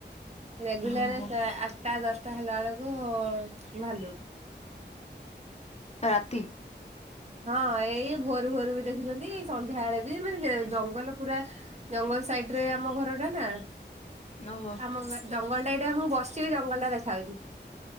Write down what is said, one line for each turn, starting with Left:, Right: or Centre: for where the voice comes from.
Right: ରେଗୁଲାର୍
Left: ଓହୋ
Right: ଆ ତା ଦଶଟା ହେଲା ବେଳକୁ ଭାଲୁ।
Left: ରାତି।
Right: ହଁ ଏଇ ଭୋରୁ ଭୋରୁ ବି ଦେଖୁଛନ୍ତି ଏଇ ସନ୍ଧ୍ୟାବେଳେ ବି ମାନେ ଜଙ୍ଗଲ ପୁରା ଜଙ୍ଗଲ ସାଇଡ ରେ ଆମ ଘର ଟା ନା
Left: ଓହୋ
Right: ଆମ ଘରେ ଜଙ୍ଗଲ ଟା ଏଇଟା ମୁଁ ବସିବି ଜଙ୍ଗଲ ଟା ଦେଖାଯାଉଛି